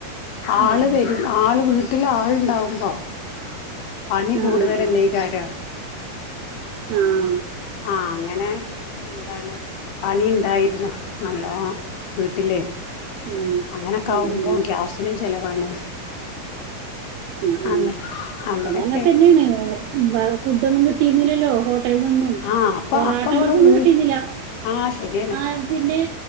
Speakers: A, on the left (about 80°); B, on the right (about 80°).
A: ആള്
B: ആഹ്
A: വരും ആള് വീട്ടില് ആളുണ്ടാവുമ്പോ പണി കൂടുതലല്ലേകാരം
B: ആഹ് ആഹ് ആഹ്
A: ആഹ അങ്ങനെ എന്താണ് പണിണ്ടായിരുന്നു നല്ലോണം വീട്ടിലേ
B: ഉം
A: അങ്ങനൊക്കെ
B: ഉം
A: ആവുമ്പോ
B: ഉം
A: ഗ്യാസിനും ചെലവാണ്
B: ആഹ ആഹ
A: അങ്ങ അങ്ങനൊക്കെ
B: അത അങ്ങനത്തന്നെയാണ് മുമ്പ ഫുഡ് ഒന്നും കിട്ടിയിരുന്നില്ലല്ലോ ഹോട്ടലീനിന്നും
A: ആഹ് അപ്പൊ
B: പൊറാട്ട
A: അപ്പ നമ്മള്
B: പോലത്തൊന്നും
A: വീ
B: കിട്ടീന്നില്ല
A: ആഹ് ശരിയാണ്
B: ആഹ പിന്നെ